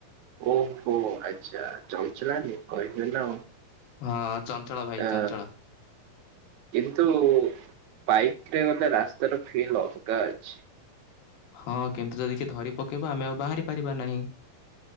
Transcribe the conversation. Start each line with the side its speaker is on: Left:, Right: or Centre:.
Right: ଓହୋ ଆଚ୍ଛା। ଚଞ୍ଚଳା ଟି କହିବେ ନା ଆଉ।
Left: ହଁ ଚଞ୍ଚଳା ଭାଇ
Right: ଆ
Left: ଚଞ୍ଚଳ।
Right: କିନ୍ତୁ ବାଇକରେ ଗଲେ ରାସ୍ତାର ଫିଲ୍ ଅଲଗା ଅଛି।
Left: ହଁ କିନ୍ତୁ ଯଦି କିଏ ଧରି ପକେଇବ ଆମେ ଆଉ ବାହାରି ପାରିବା ନାହିଁ।